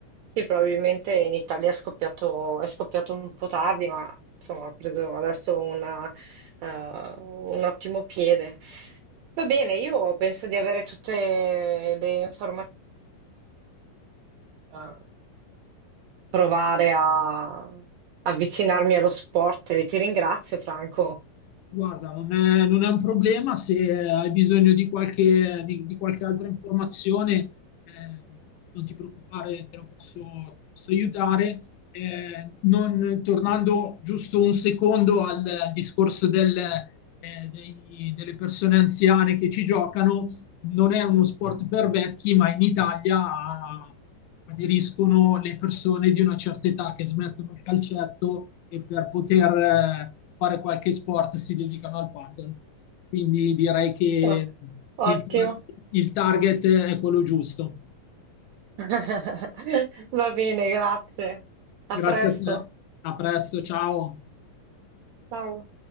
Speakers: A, on the right; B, on the left.
A: Sì, probabilmente in Italia è scoppiato, è scoppiato un po' tardi, ma insomma ha preso adesso una, eh, un ottimo piede. Va bene, io penso di avere tutte le informazioni, da provare a avvicinarmi allo sport e ti ringrazio, Franco.
B: Guarda, non è, non è un problema se hai bisogno di qualche, di, di qualche altra informazione, eh, non ti preoccupare, te lo posso, posso aiutare. Eh, non- tornando giusto un secondo al discorso del, eh, dei- delle persone anziane che ci giocano, non è uno sport per vecchi, ma in Italia ah, aderiscono le persone di una certa età che smettono il calcetto e per poter eh, fare qualche sport si dedicano al paddle. Quindi direi che
A: Ah, Ottimo.
B: il, il target è quello giusto.
A: <laughs> Va bene, grazie. A
B: Grazie
A: presto.
B: a te, a presto, ciao.
A: Ciao.